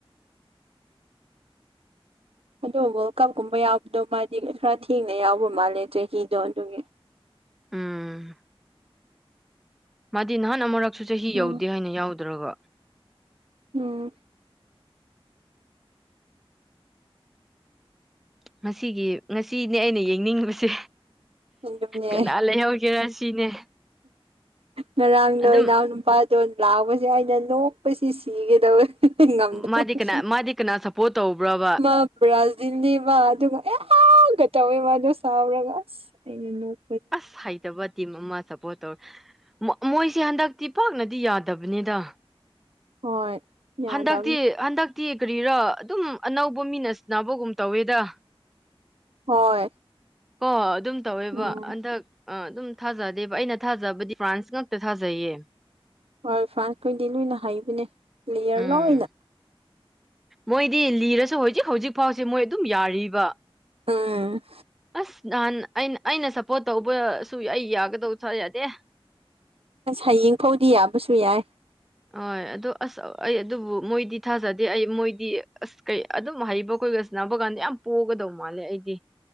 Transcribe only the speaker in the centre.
ꯎꯝ ꯃꯥꯗꯤ ꯅꯍꯥꯟ ꯑꯃꯨꯔꯛꯁꯨ ꯆꯍꯤ
ꯌꯧꯗꯦ ꯍꯥꯏꯅ ꯌꯥꯎꯗ꯭ꯔꯒ
ꯉꯁꯤꯒꯤ ꯉꯁꯤꯅꯦ ꯑꯩꯅ ꯌꯦꯡꯅꯤꯡꯕꯁꯦ
ꯀꯅꯥ ꯂꯩꯍꯧꯒꯦꯔꯥ ꯁꯤꯅꯦ
ꯑꯗꯨꯝ
ꯃꯥꯗꯤ ꯀꯅꯥ ꯃꯥꯗꯤ ꯀꯅꯥ ꯁꯞꯄꯣꯔꯠ ꯇꯧꯕ꯭ꯔꯕ
ꯑꯁ ꯍꯩꯇꯕ ꯇꯤꯝ ꯑꯃ ꯁꯞꯄꯣꯔꯠ ꯇꯧꯋꯦ ꯃꯥ ꯃꯣꯏꯁꯦ ꯍꯟꯗꯛꯇꯤ ꯄꯥꯛꯅꯗꯤ ꯌꯥꯗꯕꯅꯤꯗ
ꯍꯟꯗꯛꯇꯤ ꯍꯟꯗꯛꯇꯤ ꯀꯔꯤꯔꯥ ꯑꯗꯨꯝ ꯑꯅꯧꯕ ꯃꯤꯅ ꯁꯟꯅꯕꯒꯨꯝ ꯇꯧꯋꯦꯗ
ꯀꯣ ꯑꯗꯨꯝ ꯇꯧꯋꯦꯕ
ꯍꯟꯗꯛ ꯑ ꯑꯗꯨꯝ ꯊꯥꯖꯗꯦꯕ ꯑꯩꯅ ꯊꯥꯖꯕꯗꯤ ꯐ꯭ꯔꯥꯟꯁ ꯉꯛꯇ ꯊꯥꯖꯩꯌꯦ
ꯎꯝ
ꯃꯣꯏꯗꯤ ꯂꯤꯔꯁꯨ ꯍꯧꯖꯤꯛ ꯍꯧꯖꯤꯛ ꯐꯥꯎꯁꯦ ꯃꯣꯏ ꯑꯗꯨꯝ ꯌꯥꯔꯤꯕ
ꯑꯁ ꯅꯍꯥꯟ ꯑꯩꯅ ꯑꯩꯅ ꯁꯞꯄꯣꯔꯠ ꯇꯧꯕꯁꯨ ꯑꯩ ꯌꯥꯒꯗꯧ ꯌꯥꯗꯦ
ꯍꯣꯏ ꯑꯗꯣ ꯑꯁ ꯑꯩ ꯑꯗꯨꯕꯨ ꯃꯣꯏꯗꯤ ꯊꯥꯖꯗꯦ ꯑꯩ ꯃꯣꯏꯗꯤ ꯑꯁ ꯀꯩ ꯑꯗꯨꯝ ꯍꯩꯕ ꯈꯣꯏꯒꯁꯅꯕ ꯀꯥꯟꯗ ꯌꯥꯝ ꯄꯣꯒꯗꯧ ꯃꯥꯜꯂꯦ ꯑꯩꯒꯤ